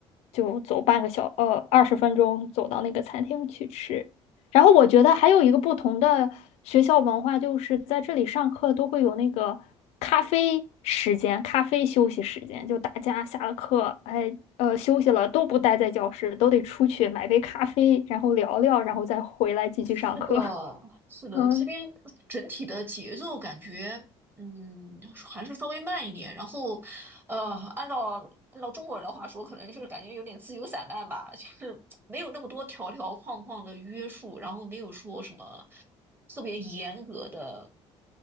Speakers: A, on the left (about 80°); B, on the right (about 20°).
A: 就走半个小呃二十分钟走到那个餐厅去吃。然后我觉得还有一个不同的学校文化，就是在这里上课都会有那个咖啡时间、咖啡休息时间，就大家下了课，哎呃休息了都不待在教室，都得出去买杯咖啡，然后聊聊，然后再回来继续上课。
B: 是的，
A: <laughs>
B: 是的，
A: 嗯
B: 这边整体的节奏感觉，嗯，还是稍微慢一点。然后，呃，按照按照中国人的话说，可能就是感觉有点自由散漫吧，就是没有那么多条条框框的约束，然后没有说什么特别严格的，